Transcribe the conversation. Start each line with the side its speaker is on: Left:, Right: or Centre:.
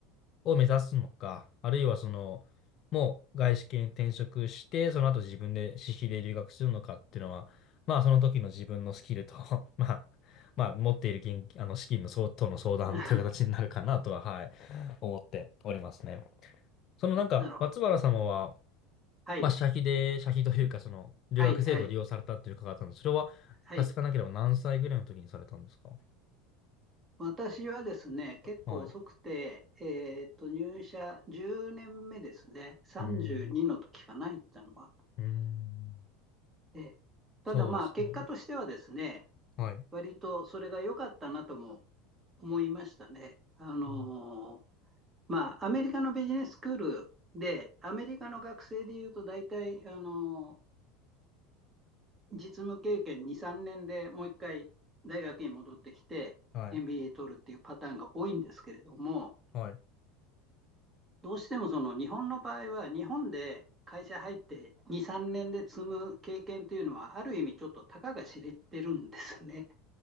Left: を目指すのか、あるいはその、もう外資系に転職して、その後自分で私費で留学するのかっていうのは、まあその時の自分のスキルと <laughs> まあ、まあ持っている現金、あの資金の相当の相談という形になるかなとは、
Right: <laughs>
Left: はい、思っておりますね。そのなんか、
Right: なるほど。
Left: 松原様は、
Right: はい、
Left: まあ、社費で、社費というか、その、留学制度を利用されたっていう伺ったので、
Right: はい、はい、
Left: それは、
Right: はい。
Left: さすがなければ何歳ぐらいの時にされたんですか
Right: 私はですね、結構遅くて、
Left: はい。
Right: えっと、入社10年目ですね。32の時かな、
Left: うーん。
Right: 行ったのは。
Left: うーん。
Right: で、
Left: そうですね。
Right: ただまあ、結果としてはですね、
Left: はい。
Right: 割とそれが良かったなとも思いましたね。あのー
Left: うん
Right: まあ、アメリカのビジネススクールで、アメリカの学生でいうと大体、あの実務経験2、3年でもう一回大学に戻ってきて
Left: はい。
Right: MBA 取るっていうパターンが多いんですけれども、
Left: はい。
Right: どうしてもその日本の場合は日本で会社入って2、3年で積む経験というのはある意味ちょっとたかが知れてるんですね。